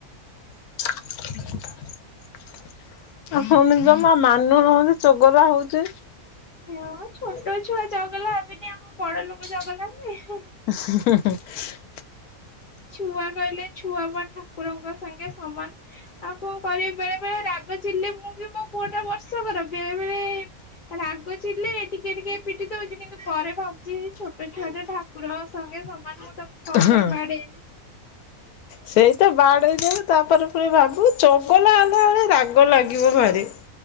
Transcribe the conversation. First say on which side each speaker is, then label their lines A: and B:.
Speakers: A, on the left; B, on the left.
A: ହ <inaudible> ଆ ହଉନି ଜମା ମାନୁନନ୍ତି ଚଗଲା ହଉଛି।
B: ହଁ ଛୋଟ ଛୁଆ ଚଗଲା ହେବେନି ଆଉ କଣ ବଡ ଲୋକ ଚଗଲା ହେବେ ହେ
A: <unintelligible>
B: ଛୁଆ କହିଲେ ଛୁଆ ବା ଠାକୁରଙ୍କ ସାଙ୍ଗେ ସମାନ। ଆଉ କଣ କରିବି ବେଳେ ବେଳେ ରାଗ ଚିଡ଼ିଲେ ମୁଁ ବି ମୋ ପୁଅ ଟା ବର୍ଷ କର ବେଳେ ବେଳେ ରାଗଚିଡ଼ିଲେ ଟିକ ଟିକ ଟିକେ ପିଟି ଦଉଛି କିନ୍ତୁ ପରେ ଭାବୁଛି ଛୋଟ ଛୁଆଟା ଠାକୁର ସଙ୍ଗେ ସମାନ ମୁଁ ତାକୁ କଣ
A: ହଁ
B: ପାଇଁ ବାଡେଇଲି।
A: ସେଇତ ବାଡେଇଦବୁ ତାପରେ ପୁଣି ଭାବୁ ଚଗଲା ହେଲା ବେେଳେ ରାଗ ଲାଗିବ ଭାରି।